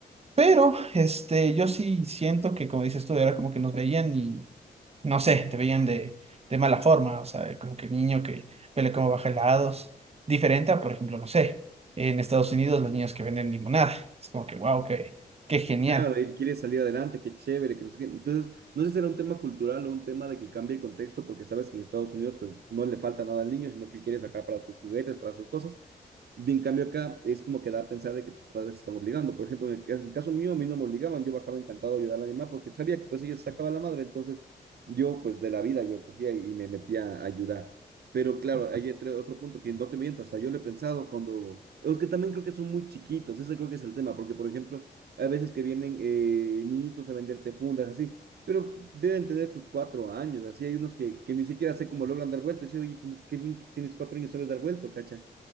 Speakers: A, on the right; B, on the right.
A: Pero este, yo sí siento que, como dices tú, era como que nos veían y, no sé, te veían de, de mala forma, o sea, como que niño que vele cómo baja helados, diferente a, por ejemplo, no sé, en Estados Unidos los niños que venden limonada, es como que, wow, qué, qué genial.
B: Claro, él quiere salir adelante, qué chévere, que no sé qué. Entonces, no sé si será un tema cultural o un tema de que cambie el contexto, porque sabes que en Estados Unidos pues no le falta nada al niño, sino que quiere sacar para sus juguetes, para sus cosas, Bien, en cambio acá es como que da a pensar de que tus padres te están obligando. Por ejemplo, en el, ca- en el caso mío, a mí no me obligaban, yo bajaba encantado a ayudar a mi mamá porque sabía que pues ella se sacaba la madre, entonces yo pues de la vida yo cogía y me metía a ayudar. Pero claro, hay otro, otro punto que no te miento, hasta yo lo he pensado cuando... Es que también creo que son muy chiquitos, ese creo que es el tema, porque por ejemplo, hay veces que vienen eh, niñitos a venderte fundas, así, pero deben tener sus cuatro años, así hay unos que, que ni siquiera sé cómo logran dar vuelto, y dice, oye, como, qué bien que tienes cuatro años, sabes dar vuelto, cacha